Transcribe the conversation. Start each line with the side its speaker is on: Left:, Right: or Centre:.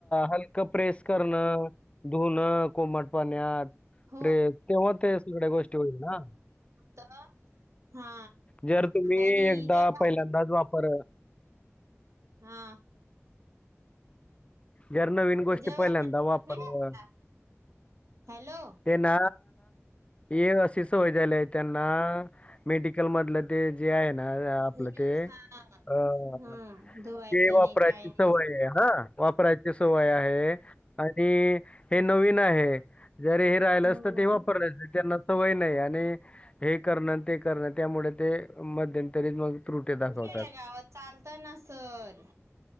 Left: हलकं प्रेस करणं धुणं कोमट पाण्यात
Right: हो
Left: प्रेम तेव्हा ते सगळ्या गोष्टी होईल ना
Right: का हा
Left: जर तुम्ही
Right: आणि
Left: एकदा
Right: जेवा
Left: पहिल्यांदाच वापर
Right: हा
Left: जर नवीन गोष्टी
Right: ते जेव्हाचे
Left: पहिल्यांदा वापरल्या
Right: नाही का हॅलो
Left: ते ना ये अस अशी सवय झाली आहे त्यांना मेडिकल मधलं ते जे आहे ना आपलं
Right: न्यूज
Left: ते
Right: हा
Left: ह
Right: हम्म धुवायचं
Left: ते वापरायची
Right: नाही काय नाही
Left: सवय आहे हा वापरायची सवय आहे आणि हे नवीन आहे जर हे राहिलं
Right: हो
Left: असत ते वापरलं त्यांना नाही आणि हे करण ते करण त्यामुळे ते मध्यंतरी मग त्रुटी दाखवतात.
Right: गावात चालतं ना सर